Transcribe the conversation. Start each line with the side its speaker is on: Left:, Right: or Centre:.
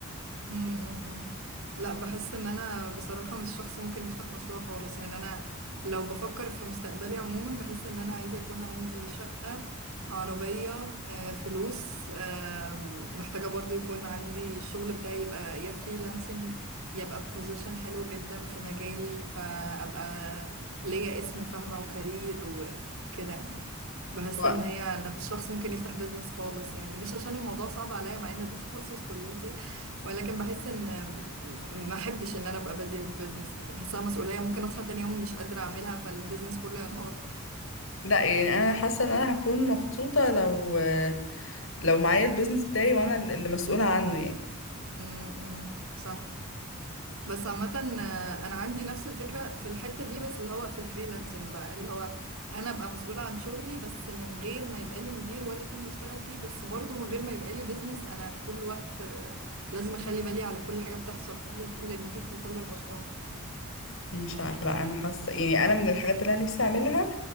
Right: أمم أمم أمم. لا بحس ان انا بصراحة مش شخص ممكن يفتح مشروع خالص يعني انا لو بفكر في مستقبلي عموما بحس ان انا عايزة يكون عندي شقة عربية آه، فلوس آم، محتاجة برضو يكون عندي الشغل بتاعي يبقى يا فريلانسنج يبقى في بوزيشن حلو جدا في مجالي فأبقى ليا اسم فاهمة وكارير وكده يعني بحس
Left: و-
Right: ان هي انا مش شخص ممكن يفتح بيزنس خالص يعني مش عشان الموضوع صعب عليا مع ان ده تخصص كليتي ولكن بحس ان ما احبش ان انا ابقى بادية البيزنس يعني بحسها مسؤولية ممكن اصحى تاني يوم مش قادرة اعملها فالبيزنس كله ينهار
Left: لا يعني انا حاسه ان انا هكون مبسوطه لو لو معايا البيزنس بتاعي وانا اللي مسؤوله عنه يعني
Right: امم صح بس عامة آه، انا عندي نفس الفكرة في الحتة دي بس اللي هو في الفريلانسنج بقى اللي هو انا ابقى مسؤولة عن شغلي بس من غير ما يبقى لي مدير ولا تيم بشتغل فيه بس برضه من غير ما يبقى لي بيزنس انا طول الوقت آه، لازم اخلي بالي على كل حاجة بتحصل وكل الناس وكل الاشخاص
Left: مش عارفه لا انا حاسه يعني انا من الحاجات اللي انا نفسي اعملها